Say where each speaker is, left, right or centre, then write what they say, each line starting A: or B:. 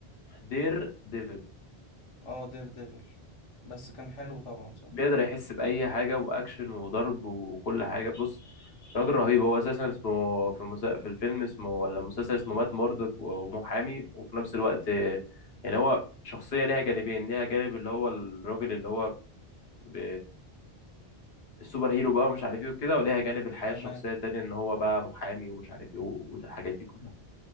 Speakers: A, on the left; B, on the left.
A: دير ديفل
B: اه دير ديفل بس كان حلو طبعا صح
A: بيقدر يحس بأي حاجة وأكشن وضرب وكل حاجة بص راجل رهيب هو أساسا اسمه في المسا... في الفيلم اسمه ولا المسلسل اسمه مات موردك ومحامي وفي نفس الوقت يعني هو شخصية ليها جانبين ليها جانب اللي هو الراجل اللي هو ب... السوبر هيرو بقى ومش عارف ايه وكده وليها جانب الحياة
B: تمام
A: الشخصية التانية ان هو بقى محامي ومش عارف ايه والحاجات دي كلها